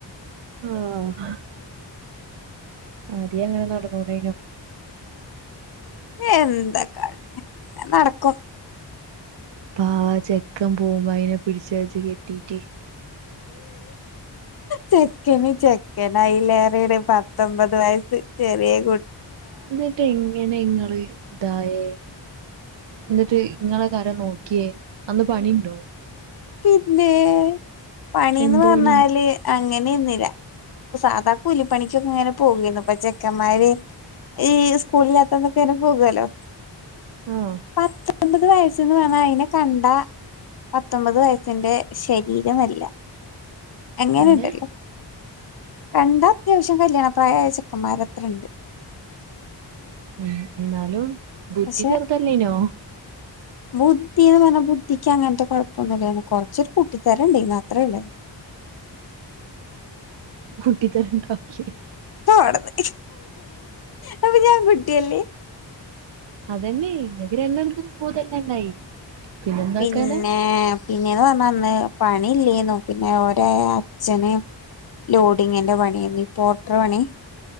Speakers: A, on the right (about 70°); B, on the left (about 55°).
A: ആഹ് ആദ്യ അങ്ങനെ നടന്നുടെനോ?
B: എന്താ കാട്ട്ണെ ഇങ്ങനെനടക്കും
A: പാവാ ചെക്കം പോവുമ്പോ അയിനെ പിടിച്ച് വെച്ച് കെട്ടീട്ട്
B: ചെക്കന് ചെക്കനൈലേറേണ് പത്തൊമ്പത് വയസ്സ് ചെറ്യേ കു
A: ന്ന്ട്ട് എങ്ങനെ ഇങ്ങള് ഇതായേ? ഇന്ന്ട്ട് ഇങ്ങളെക്കെ ആരാ നോക്ക്യേ അന്ന് പണിണ്ടോ?
B: പിന്നേ പന്നീന്ന്
A: എന്ത്
B: പറഞ്ഞാല്
A: പണി
B: അ അങ്ങനേര്ന്നില സാധാ കൂലിപ്പണിക്കൊക്കെങ്ങനെ പോകേര്ന്നു ഇപ്പ ചെ ചെക്കമ്മാര് ഈ സ്കൂളില്ലാത്തന്നൊക്കെങ്ങനെ പോകോലോ
A: ആഹ്
B: പത്താ പത്തൊമ്പത് വയസ്ന്ന് പറഞ്ഞാ അയിനെ കണ്ടാ പത് പത്തൊമ്പത് വയസിന്റെ ശരീരമല്ല അങ്ങനെണ്ടല്ലോ
A: പിന്നെ
B: കണ്ട അത്യാവ്ശ്യം കല്യാണ പ്രായായ ചെക്കമ്മാരത്രണ്ട്
A: ഉം ന്നാലും ബുദ്ധി
B: പക്ഷെ
A: ചെർതല്ലെയ്നോ?
B: ബുദ്ധീന്ന് പറഞ്ഞാ ബുദ്ധിക്കങ്ങനത്തെ കൊഴപ്പൊന്നുല്ലയ്ന്നു കൊറച്ചൊര് കുട്ടിത്തരണ്ടായ്ന്നു അത്രേയൊള്ളു
A: കുട്ടിത്തരണ്ടാവൂലെ?
B: പോ ഔട്ന്ന് അപ്പൊ ഞാം കുട്ട്യല്ലേ?
A: അതന്നെ ഇങ്ങക്ക് രണ്ടെണ്ണത്തിനും ബോധല്ലാണ്ടായി പിന്നെന്താക്കാനാ
B: പിന്നെ പിന്നേന്ന് പറഞ്ഞാ അന്ന് പണി ഇല്ലേന്നു പിന്നെ ഓരെ അച്ഛന് ലോഡിങ്ങിന്റെ പണിയേന്ന് ഈ പോട്ടറ പണി